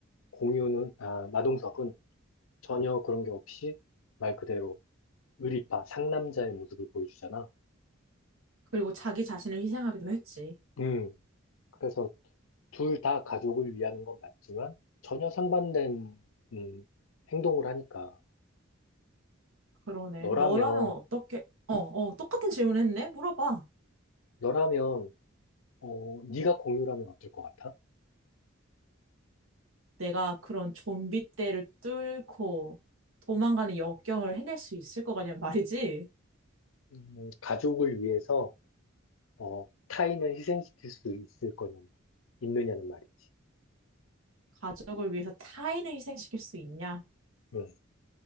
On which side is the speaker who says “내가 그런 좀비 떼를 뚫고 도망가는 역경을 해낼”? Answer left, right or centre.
Right